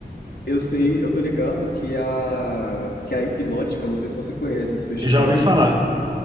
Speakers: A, on the left (about 70°); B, on the right (about 25°).
A: Eu sei, eu tô ligado que a, que a Hipnótica, não sei se você conhece esse festival.
B: Eu já ouvi falar.